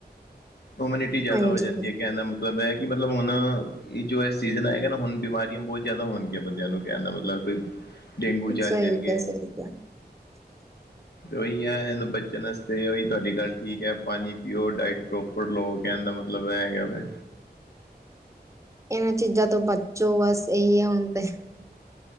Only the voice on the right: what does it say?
ਹਾਂਜੀ
ਹਾਂਜੀ
ਸਹੀ
ਕਿਹਾ ਸਹੀ ਕਿਹਾ।
ਇਹਨਾਂ ਚੀਜ਼ਾਂ ਤੋਂ ਬੱਚੋ ਬਸ ਇਹੀ ਹੈ ਹੁਣ ਤੇ।